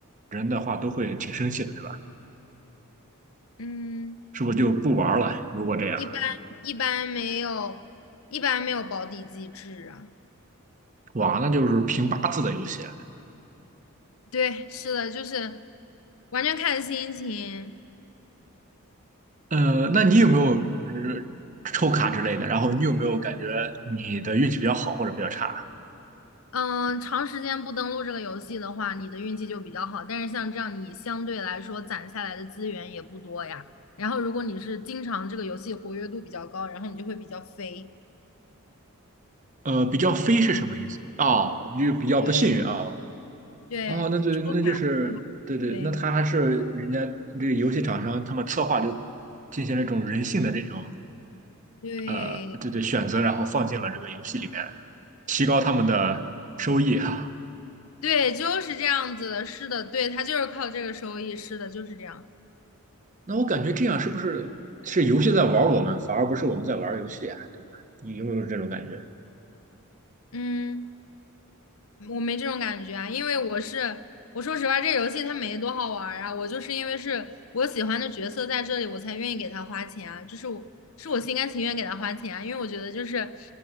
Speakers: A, on the right; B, on the left.
A: 人的话都会挺生气的，对吧？
B: 嗯，
A: 是不是就不玩了？如果这样，
B: 一般一般没有，一般没有保底机制啊。
A: 哇，那就是凭八字的游戏。
B: 对，是的，就是完全看心情。
A: 呃，那你有没有嗯抽卡之类的？然后你有没有感觉你的运气比较好或者比较差？
B: 嗯，长时间不登录这个游戏的话，你的运气就比较好。但是像这样，你相对来说攒下来的资源也不多呀。然后，如果你是经常这个游戏活跃度比较高，然后你就会比较肥。
A: 呃，比较飞是什么意思？哦，就比较不幸运啊。
B: 对对，
A: 哦，那就那就是对对，
B: 抽卡对
A: 那他还是人家这个游戏厂商他们策划就进行了一种人性的这种
B: 对
A: 呃对对选择，然后放进了这个游戏里面，提高他们的收益哈。
B: 对，就是这样子的。是的，对，它就是靠这个收益。是的，就是这样。
A: <laughs> 那我感觉这样是不是是游戏在玩我们，反而不是我们在玩游戏啊，对吧？你有没有这种感觉？
B: 嗯。我没这种感觉啊，因为我是我说实话，这游戏它没多好玩儿啊，我就是因为是我喜欢的角色在这里，我才愿意给他花钱啊，就是我是我心甘情愿给他花钱啊，因为我觉得就是